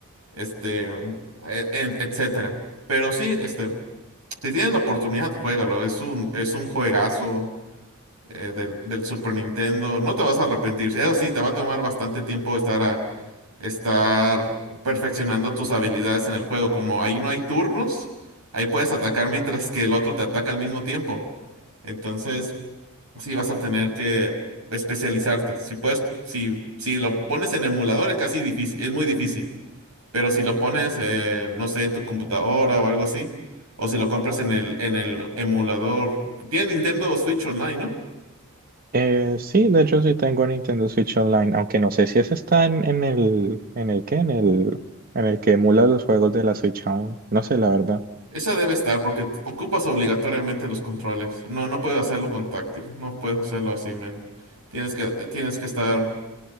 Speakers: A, on the right (about 85°); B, on the right (about 40°).
A: este, mm, e- e- etcétera. Pero sí, este, si tienes la oportunidad, juégalo. Es un, es un juegazo eh, del, del Super Nintendo. No te vas a arrepentir. Eso sí, te va a tomar bastante tiempo estar a, estar perfeccionando tus habilidades en el juego. Como ahí no hay turnos, ahí puedes atacar mientras que el otro te ataca al mismo tiempo. Entonces, sí vas a tener que especializarte. Si puedes, si, si lo pones en emulador es casi difícil, es muy difícil. Pero si lo pones, eh, no sé, en tu computadora o algo así, o si lo compras en el, en el emulador. Tiene Nintendo Switch Online, ¿no?
B: Eh, sí, de hecho sí tengo Nintendo Switch Online, aunque no sé si ese está en, en el, en el que, en el, en el que emula los juegos de la Switch aún. No sé, la verdad.
A: Esa debe estar porque ocupas obligatoriamente los controles. No, no puedes hacerlo con táctil. No puedes hacerlo así, man. Tienes que, eh, tienes que estar